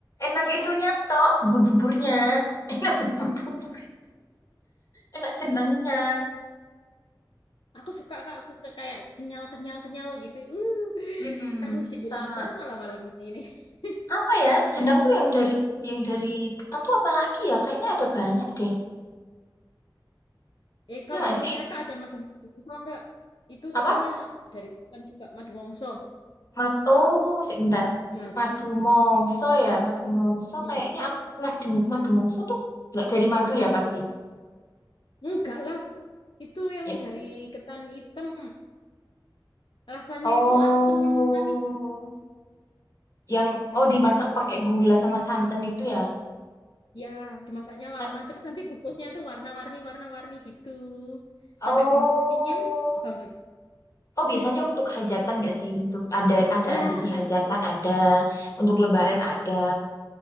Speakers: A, on the left; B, on the left.
A: Enak
B: Apa?
A: itunya tok bubur-buburnya. <laughs> Enak bubur-bubur. Enak jenangnya.
B: Aku suka kak, aku suka kayak kenyal-kenyal-kenyal gitu. Uh,
A: Mm-mm.
B: aduh jadi
A: Sama
B: lapar malah malam ini. <laughs>
A: apa ya jenang tuh yang dari yang dari ketan tuh apa lagi ya kayaknya ada banyak deh
B: Eh, kalau
A: ya nggak
B: di tempatnya
A: sih
B: kakak ada madu mongso nggak? Itu
A: apa
B: soalnya dari kan juga madu mongso.
A: mad oh sebentar
B: Nah,
A: madu mongso ya madu mongso
B: mm.
A: kayaknya aku pernah dengar madu mongso tuh nggak dari madu ya pasti
B: enggak lah, itu yang
A: Ya.
B: dari ketan hitam. Rasanya
A: oh
B: itu asem manis.
A: yang oh dimasak pakai gula sama santan itu ya
B: Ya, dimasaknya
A: Ka-
B: lama, terus nanti bukusnya tuh warna-warni, warna-warni gitu.
A: oh
B: Sampai berminyak banget.
A: Oh biasanya untuk hajatan nggak sih? Untuk ada ada
B: Ya,
A: ada di
B: ya
A: hajatan
B: betul.
A: ada, untuk lebaran
B: Oh, oh,
A: ada.